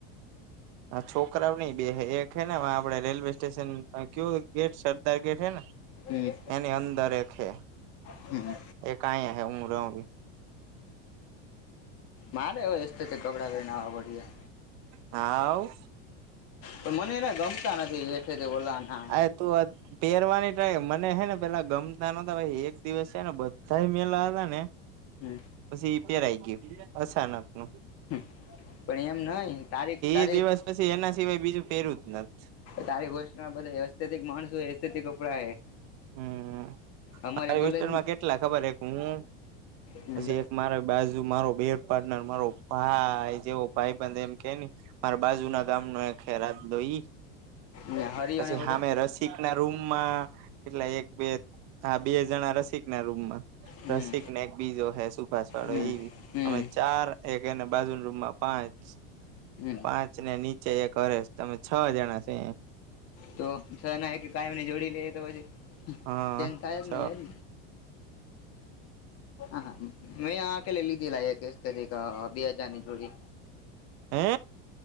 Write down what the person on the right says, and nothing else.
હ છોકરાઓ નઈ બે એક હે ને આપડે રેલવે સ્ટેશન કયુ ગેટ સરદાર ગેટ હે ને
એની અંદર એક છે,
એક આયા હે હુ રવ
હા આવ
આ તું પહેરવાની ટાય મને હે ને પેલા ગમતા નતા ભ એક દિવસ છે, ને બધા મેલા હતા ને
પછી પેરાઈ ગય અચાનક નુ.
એ દિવસ પછી એના સિવાય બીજું પેરવું જ નથી.
હમ્મ
મારી
હોસ્ટલમાં કેટલા ખબર એક હું.
પછી એક મારા બાજુ મારો બે પાર્ટનર મારો ભાઈ જેવો ભાઈ બંધ એમ કે ને મારે બાજુ ના ગામનો એક રાજલો ઈ
પછી
<inaudible> ના રૂમમાં કેટલા એક બે બે જણા રસિક ના રૂમ
રસિકને એક બીજો હે સુભાષ વાળો
એ બી
અમે ચાર. એક અને બાજુ રૂમમાં પાંચ.
પાંચ ને નીચે એક હરે તમે છ જણા છ.
હા
છ
હે